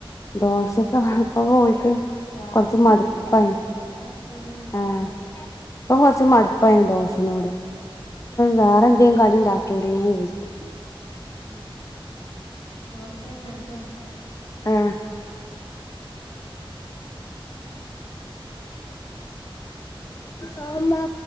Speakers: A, on the left; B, on the left.
A: ദോശക്
B: ഉം
A: അ ഇപ്പോൽക്
B: രാവിലെ
A: കൊർച്ച്
B: പണിയില്ല
A: മട്പായീണ്
B: വൈകുന്നേരം അരച്ച് വച്ചാൽ
A: ആ
B: മതി
A: ഇപം കൊർ ച്ച് മട്പ്പായ്ണ് ദോശനോട് വേറെന്തേം കടിണ്ടാക്യൂടേന്യോ ചോയ്ക്കും
B: മ്മ് ഓ ക്യെണട്ടോ
A: ആ ശരി